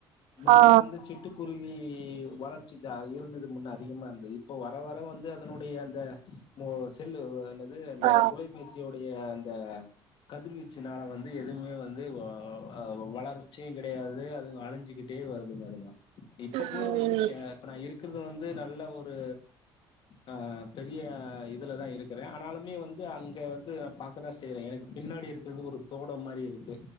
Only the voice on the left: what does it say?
மின்னெல்லா
வந்து சிட்டு குருவி வளர்ச்சி த இருந்துது முன்ன அதிகமா இருந்து இப்போ வர வர வந்து அதனுடைய அந்த மோ செல்லு ஆ என்னாது அந்த
துலைபேசியுடைய அந்த கதிர்வீச்சுனால வந்து எதுவுமே வந்து வ ஆ வளர்ச்சியு கெடையாது அதுவு அழஞ்சி கிட்டே வருதுங்க அதுங்க இப்ப
கூட வந்து சே இப்ப நா இருக்கறது வந்து நல்ல ஒரு அ பெரிய இதுல தா இருக் க்குறே ஆனாலுமே வந்து அங் <unintelligible> நா பாக்கதா செய்யறே எனக்கு பின்னாடி இருக்கறது ஒரு தோடம் மாரி இருக்கு